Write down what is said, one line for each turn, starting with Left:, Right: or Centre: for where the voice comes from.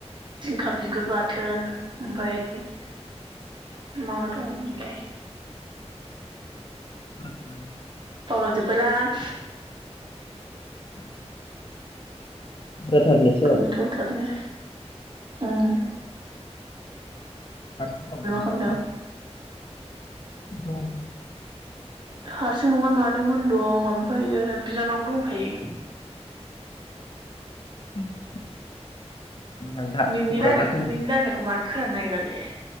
Right: जिंखा बिगुर बाथोन ओमफाय मा मा दङमोनलाय
Left: <inaudible>
Right: फरथिपला <inaudible>
Left: जाथारनोसो
Right: गोथावथारनो ओ ।
Left: <unintelligible>
Right: खालामदों?
Left: औ
Right: हारसिं नङा मादैमोन दं ओमफ्रायायो बिनानाव दंफायो
Left: <unintelligible> दा
Right: नोंनि
Left: खबरा
Right: रायनाय
Left: दासान्दि
Right: नोंनि रायनाय मानो खोनानो नागिरा ले?